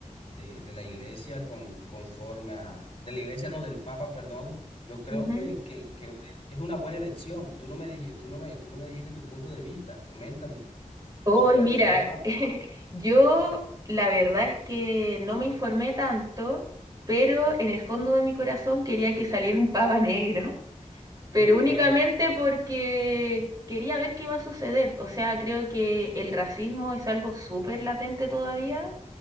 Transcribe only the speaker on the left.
de la iglesia con, conforme a, de la iglesia, no, del Papa, perdón, yo creo
que, que, creo que es una buena elección. Tú no me dijiste, tú no me, tú no me dijiste tu punto de vista. Coméntame
sobre la
elección del Papa.
Mm,